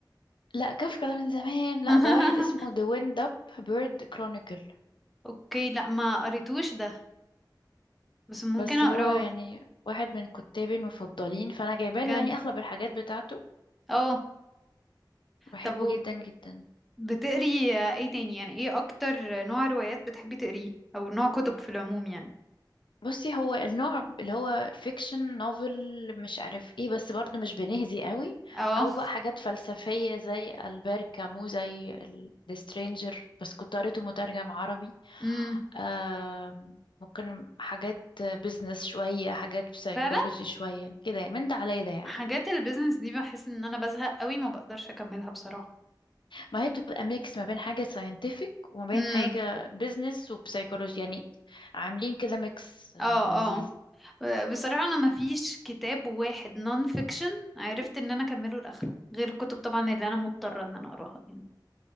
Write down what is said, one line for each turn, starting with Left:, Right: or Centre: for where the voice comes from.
Left: لا كافكا ده من زمان
Centre: <laughs>
Left: لا ده واحد اسمه The Wind Up Bird Chronicle
Centre: اوكي لا ما قريتوش ده بس ممكن
Left: بس
Centre: اقراه
Left: هو يعني واحد من كتابي المفضلين فانا جايباله
Centre: بجد
Left: يعني اغلب الحاجات بتاعته
Centre: اه
Left: بحبه
Centre: طب و-
Left: جدا جدا
Centre: بتقري ايه تاني يعني ايه اكتر نوع روايات بتحبي تقريه او نوع كتب في العموم يعني
Left: بصي هو النوع اللي هو فيكشن نوفل مش عارف ايه بس برضه مش بنهزي قوي
Centre: اه
Left: او بقى حاجات فلسفية زي ألبير كامو زي ذا سترينجر بس كنت قريته مترجم عربي
Centre: امم
Left: آم، ممكن حاجات بيزنس شوية حاجات بسايكولوجي
Centre: فعلا
Left: شوية كده يعني من ده على ده يعني
Centre: حاجات البيزنس دي بحس ان انا بزهق قوي ما بقدرش اكملها بصراحة
Left: ما هي بتبقى ميكس ما بين حاجة ساينتفك وما بين
Centre: امم
Left: حاجة بيزنس وبسايكولوجي يعني عاملين كده ميكس آه،
Centre: اه
Left: لذيذ
Centre: اه بصراحة أنا ما فيش كتاب واحد نون فيكشن عرفت إن أنا أكمله لآخره غير الكتب طبعا اللي أنا مضطرة إن أنا أقراها يعني